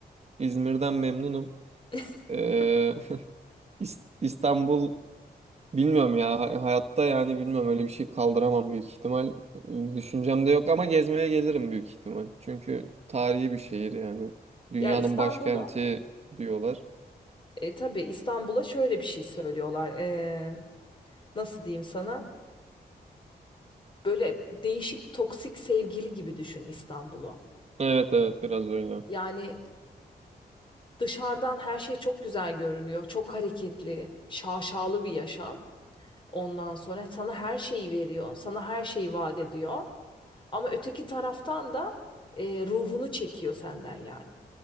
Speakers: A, on the right; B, on the left.
A: İzmir'den memnunum.
B: <laughs>
A: Ee, <laughs> İs- İstanbul Bilmiyorum ya Hay- hayatta yani bilmiyorum öyle bir şey kaldıramam büyük ihtimal. Düşüncemde yok ama gezmeye gelirim büyük ihtimal. Çünkü tarihi bir şehir yani. Dünyanın
B: Ya İstanbul'a
A: başkenti diyorlar.
B: E, tabii İstanbul'a şöyle bir şey söylüyorlar. E, nasıl diyeyim sana? Böyle değişik toksik sevgili gibi düşün İstanbul'u.
A: Evet evet biraz öyle.
B: Yani dışarıdan her şey çok güzel görünüyor. Çok hareketli, şaşalı bir yaşam. Ondan sonra sana her şeyi veriyor. Sana her şeyi vaat ediyor. Ama öteki taraftan da e, ruhunu çekiyor senden yani.